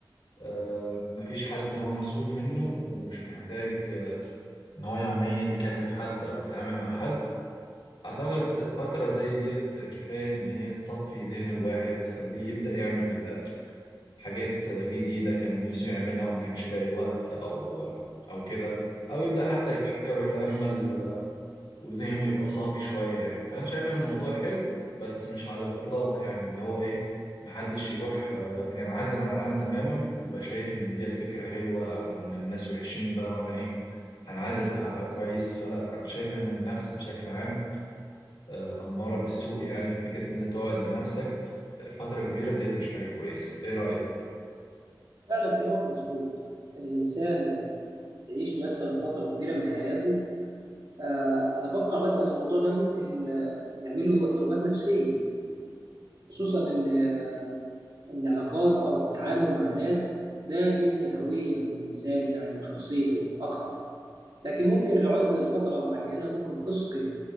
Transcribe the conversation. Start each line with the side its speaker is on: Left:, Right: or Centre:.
Left: آه، مفيش حد هو مسؤول منه ومش محتاج آه، إن هو يوميا يكلم حد أو يتعامل مع حد أعتقد فترة زي ديت كفاية إن هي تصفي ذهن الواحد تخليه يبدأ يعمل حاجات جديدة كان نفسه يعملها وما كانش لاقي وقت أو أو كده أو يبدأ حتى يفكر ويتأمل وذهنه يبقى صافي شوية يعني فأنا شايف إن الموضوع حلو بس مش على الإطلاق يعني اللي هو إيه محدش يروح آه، ينعزل عن العالم تماما ويبقى شايف إن ديت فكرة حلوة أو إن الناس وحشين بقى وأنا إيه هنعزل فهبقى كويس فلا أنا شايف إن النفس بشكل عام آه، أمارة بالسوء يعني فكرة إن أنت تقعد لنفسك لفترة كبيرة ديت مش حاجة كويسة إيه رأيك؟
Right: فعلا كلامك مظبوط ان الانسان يعيش مثلا فتره كبيره من حياته آه، انا اتوقع مثلا الموضوع ده ممكن آه، يعمله اضطرابات نفسيه خصوصا ان آه، العلاقات او التعامل مع الناس ده بيبني الهويه من الانسان يعني وشخصيته اكتر لكن ممكن العزله لفتره معينه ممكن تثقل